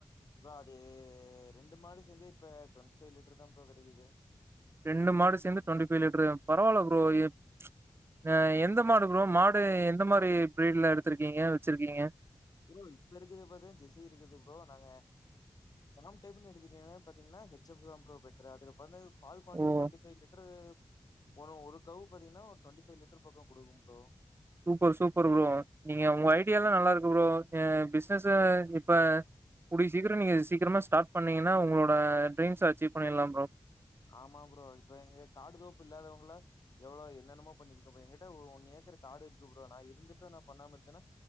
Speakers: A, on the left (about 65°); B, on the right (about 35°).
A: ப்ரோ அது ரெண்டு மாடு சேந்து இப்ப ட்வண்ட்டி ஃபை லிட்டர் தா ப்ரோ கெடைக்குது
B: ரெண்டு மாடு சேந்து ட்வெண்ட்டி ஃபை லிட்டரு பரவால்ல ப்ரோ <unintelligible> அ எந்த மாடு ப்ரோ மாடு எந்த மாரி ப்ரீட்ல எடுத்திருக்கீங்க வெச்சிருக்கீங்க
A: ப்ரோ இப்ப இருக்கற்து பாத்தினா ஜெசி இருக்குது ப்ரோ நாங்க ஃபாம் டைப்னு எடுத்துட்டீங்கனா பாத்தீங்கன்னா ஹெச் எஃபு தா ப்ரோ பெட்டரு அதுல <unintelligible> பால் குவான்டி
B: ஓ!
A: ட்வெண்ட்டி ஃபை லிட்ரு ஒரு ஒரு கவ் பாத்தீங்கனா ஒரு ட்வெண்டிஃபை லிட்டர் பக்க குடுக்கு ப்ரோ
B: சூப்பர் சூப்பரு ப்ரோ நீங்க உங்க ஐடியாலா நல்லா இருக்கு ப்ரோ எ பிஸ்னஸ இப்ப கூடிய சீக்கிர நீங்க சீக்கிரமா ஸ்டார்ட் பண்ணீங்கனா உங்களோட ட்ரீம்ஸ அச்சீவ் பண்ணிற்லா ப்ரோ
A: ஆமா ப்ரோ இப்ப எங்க காடு தோப்பு இல்லாதவ்ங்களா எவ்ளோ என்னென்னமோ பண்ணிருக்கபோ எ கிட்ட ஒ ஒன் ஏக்கரு காடு இருக்கு ப்ரோ நா இருந்துட்டு நா பண்ணாம இருக்கேனா